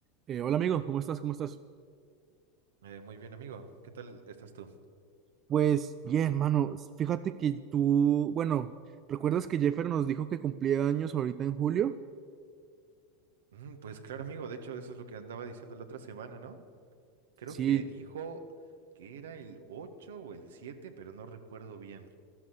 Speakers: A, on the right; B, on the right.
A: Eh, hola amigo, ¿cómo estás? ¿Cómo estás?
B: Eh, muy bien, amigo. ¿Qué tal estás tú?
A: Pues bien, mano, fíjate que tú, bueno, ¿recuerdas que Jeffer nos dijo que cumplía años ahorita en julio?
B: Mm, pues claro, amigo. De hecho, eso es lo que andaba diciendo la otra semana, ¿no? Creo
A: Sí,
B: que dijo que era el 8 o el 7, pero no recuerdo bien.